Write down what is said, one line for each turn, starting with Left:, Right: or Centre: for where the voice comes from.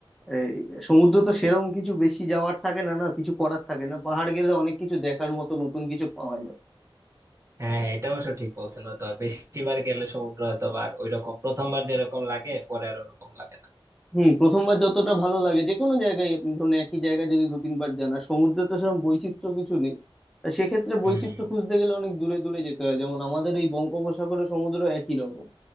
Centre: এই, সমুদ্র তো সেরম কিছু বেশি যাওয়ার থাকে না না কিছু করার থাকে না পাহাড় গেলে অনেক কিছু দেখার মতো নতুন কিছু পাওয়া যায়
Right: হ্যাঁ হ্যাঁ, এটা অবশ্য ঠিক বলছেন তো বেশিবার গেলে সমুদ্র হয়তো বা আর ওইরকম প্রথমবার যেরকম লাগে পরে আর ওরকম লাগে না
Centre: হুম প্রথমবার যতটা ভালো লাগে যে কোনো জায়গায় আপনি ধরুন একই জায়গায় যদি দু তিনবার যান আর সমুদ্রে তো সেরকম বৈচিত্র্য কিছু নেই তা সেক্ষেত্রে বৈচিত্র্য
Right: হুম
Centre: খুঁজতে গেলে অনেক দূরে দূরে যেতে হয় যেমন আমাদের এই বঙ্গোপসাগরে সমুদ্র একই রকম